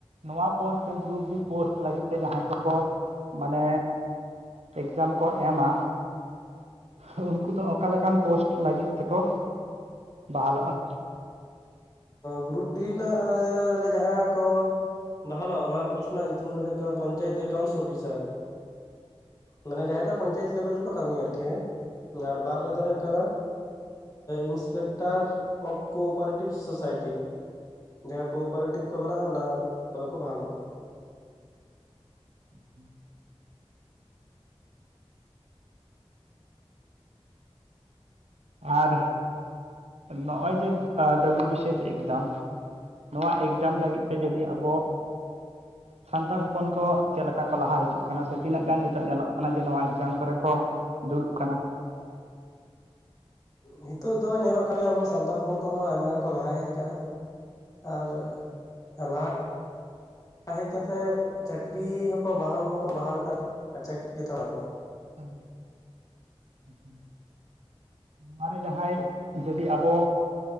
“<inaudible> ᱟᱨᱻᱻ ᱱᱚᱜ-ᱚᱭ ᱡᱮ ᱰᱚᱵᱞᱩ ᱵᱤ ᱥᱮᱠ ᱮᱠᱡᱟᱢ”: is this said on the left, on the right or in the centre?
Right